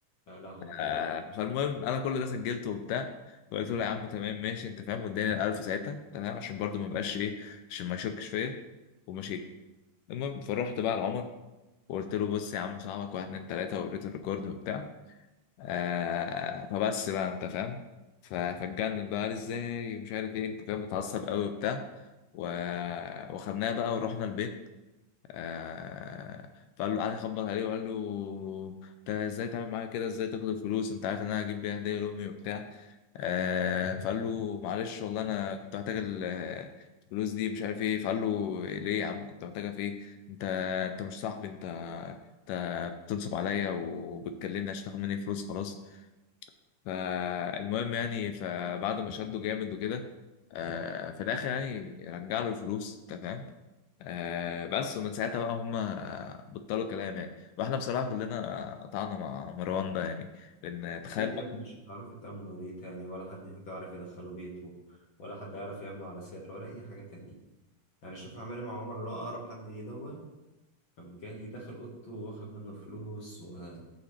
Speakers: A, on the left; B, on the left.
A: يا لهوي عليه
B: آه فالمهم انا كل ده سجلته وبتاع وقلت له يا عم تمام ماشي انت فاهم واداني ال 1000 ساعتها تمام عشان برضه ما يبقاش ايه عشان ما يشكش فيا ومشيت المهم فروحت بقى لعمر وقلت له بص يا عم صاحبك واحد اتنين تلاتة ووريته الريكورد وبتاع آه فبس بقى انت فاهم ف- فاتجنن بقى قال ازاي مش عارف ايه انت فاهم متعصب قوي وبتاع و... وخدناه بقى ورحنا البيت آه فقال له قعد يخبط عليه وقال له انت ازاي تعمل معايا كده ازاي تاخد الفلوس انت عارف ان انا هجيب بيها هديه لامي وبتاع آه فقال له معلش والله انا كنت محتاج ال- الفلوس دي مش عارف ايه فقال له ليه يا عم كنت محتاجها في ايه انت انت مش صاحبي انت انت بتنصب عليا وبتكلمني عشان تاخد مني فلوس خلاص فالمهم يعني فبعد ما شده جامد وكده آه، في الاخر يعني رجع له الفلوس انت فاهم آه، بس ومن ساعتها بقى هم بطلوا كلام يعني واحنا بصراحه كلنا قطعنا مع مروان ده يعني لان تخيل
A: اكيد
B: بقى
A: يا ابني مش هتعرفوا تأمنوا ليه تاني ولا حد فيكم يعرف يدخله بيته ولا حد يعرف يأمنه على سر ولا اي حاجة تانية يعني شوف عمل ايه مع عمر اللي هو اقرب حد ليه ده قام جاي داخل اوضته واخد منه فلوس و...